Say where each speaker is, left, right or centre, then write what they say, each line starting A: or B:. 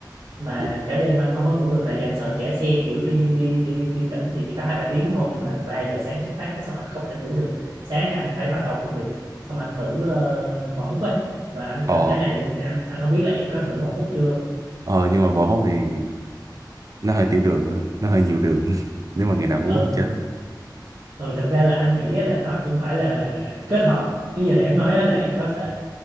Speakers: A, on the right; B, on the right.
A: mà
B: dạ.
A: cả đêm anh không có ngủ được tại vì anh sợ trễ xe kiểu đi đi đi đi tỉnh thì chỉ có hai ba tiếng thôi nhưng mà 3 giờ sáng xuất phát á, xong anh không thể ngủ được sáng thì anh phải bắt đầu công việc xong anh thử ờ, bò hút á và anh
B: ờ
A: tỉnh cả ngày luôn thì anh anh không biết là em có thử bò hút chưa
B: ờ nhưng mà bỏ hút thì nó hơi tiểu đường á, nó hơi nhiều đường <laughs> nếu mà ngày nào cũng
A: ừ
B: uống thì chết rồi
A: ừ thật ra là anh nghĩ á là nó cũng phải là kết hợp như giờ này em nói á, là em có thể